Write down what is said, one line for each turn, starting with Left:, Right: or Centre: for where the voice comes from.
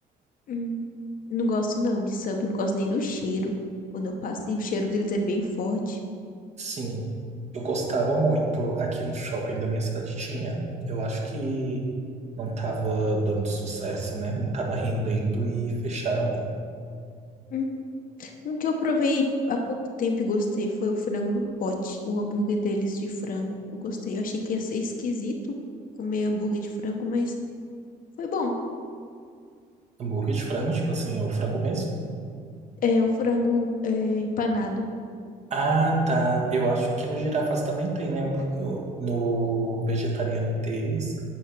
Left: Hum. Não gosto não de sub, não gosto nem do cheiro. Quando eu passo, e o cheiro deles é bem forte.
Right: Sim, eu gostava muito. Aqui no shopping da minha cidade tinha. Eu acho que não tava dando sucesso, né? Não tava rendendo e fecharam ele.
Left: Hum. Um que eu provei há pouco tempo e gostei foi o frango no pote, o hambúrguer deles de frango. Eu gostei. Eu achei que ia ser esquisito comer hambúrguer de frango, mas foi bom.
Right: Hambúrguer de frango, tipo assim, é o frango mesmo.
Left: É o frango é, empanado.
Right: Ah, tá. Eu acho que no girafas também tem, né? Eu- No vegetariano deles,